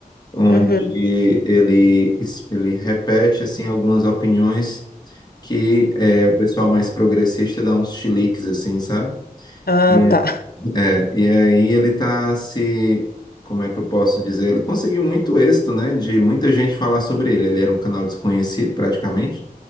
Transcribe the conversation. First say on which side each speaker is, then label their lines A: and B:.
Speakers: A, on the left; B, on the left.
A: onde
B: uhum.
A: ele, ele repete assim algumas opiniões que é, o pessoal mais progressista dá uns chiliques assim, sabe?
B: Ah,
A: E,
B: tá.
A: é, e aí ele tá se, como é que eu posso dizer? Ele conseguiu muito êxito, né? De muita gente falar sobre ele. Ele era um canal desconhecido praticamente.